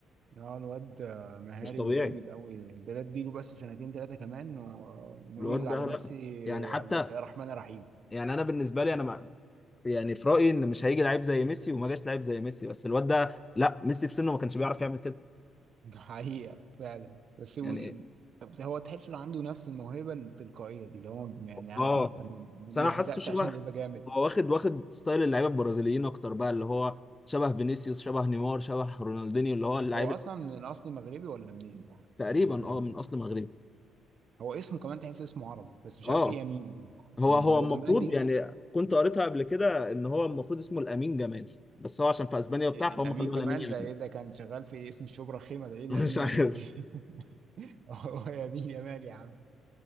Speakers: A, on the right; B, on the left.
A: اه الواد مهاري
B: مش طبيعي
A: وجامد اوي ده ده اديله بس سنتين تلاتة كمان ونقول
B: الواد ده
A: على
B: لا
A: ميسي
B: يعني حتى
A: الله- يا رحمن يا رحيم
B: يعني انا بالنسبه لي انا ما في- يعني في رايي ان مش هيجي لعيب زي ميسي وما جاش لعيب زي ميسي بس الواد ده لا ميسي في سنه ما كانش بيعرف يعمل كده
A: ده حقيقة فعلا بس هو
B: يعني
A: بس هو تحس انه عنده نفس الموهبة التلقائية دي اللي هو يعني عارف
B: اه
A: انت ما
B: بس
A: بيحزقش
B: انا حاسه شبه
A: عشان يبقى جامد
B: هو واخد واخد ستايل اللعيبه البرازيليين اكتر بقى اللي هو شبه فينيسيوس شبه نيمار شبه رونالدينيو اللي هو اللعيب
A: هو اصلا
B: اللي
A: من اصل مغربي ولا منين؟
B: تقريبا
A: يمين
B: اه
A: يمين
B: من اصل مغربي
A: هو اسمه كمان تحس اسمه عربي بس مش
B: اه
A: عارف ايه يمين دي
B: هو
A: مين
B: هو
A: ده
B: المفروض
A: هو جمال دي
B: يعني كنت قريتها قبل كده ان هو المفروض اسمه الامين جمال بس هو عشان في اسبانيا وبتاع
A: الامين
B: فهم خلوه
A: جمال
B: لامين يامال
A: ده ايه ده كان شغال في اسم شبرا خيمة ده ايه الامين
B: <laughs> مش عارف
A: جمال دي <laughs> هو يمين يمال يا عم